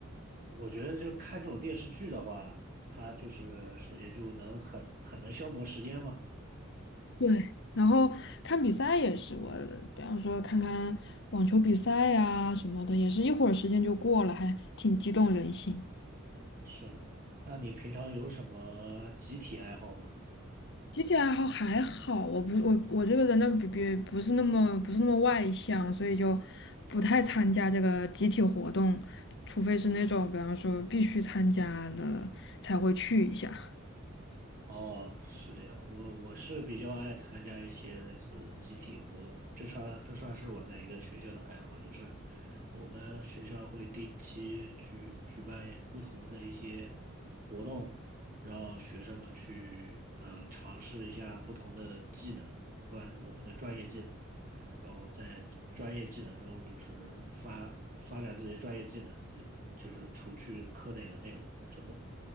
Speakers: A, on the right; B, on the left.
A: 我觉得就看这种电视剧的话，它就是首先就能很很能消磨时间嘛。
B: 对，然后看比赛也是，我比方说看看网球比赛呀、什么的，也是一会儿时间就过了，还挺激动人心。
A: 是的，那你平常有什么集体爱好吗？
B: 集体爱好还好，我不我我这个人呢，比比不是那么不是那么外向，所以就不太参加这个集体活动，除非是那种比方说必须参加了才会去一下。
A: 哦，是这样，我我是比较爱参加一些类似集体活动的，这算这算是我在一个学校的爱好，就是我们学校会定期举举办不同的一些活动，让学生们去呃尝试一下不同的技能，关我们的专业技能，然后在专业技能中就是发发展自己的专业技能，就就是除去课内的内容之后，